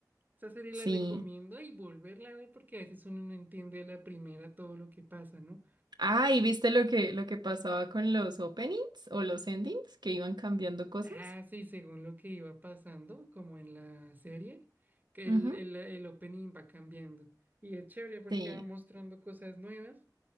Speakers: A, on the right; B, on the right.
A: esa serie
B: sí.
A: la recomiendo y volverla a ver porque a veces uno no entiende a la primera todo lo que pasa, ¿no?
B: Ah, ¿y viste lo que, lo que pasaba con los openings o los endings, que iban cambiando cosas?
A: Ah, sí, según lo que iba pasando, como en la serie, que
B: Ujú,
A: el, el, el opening va cambiando. Y es chévere porque
B: Sí,
A: va mostrando cosas nuevas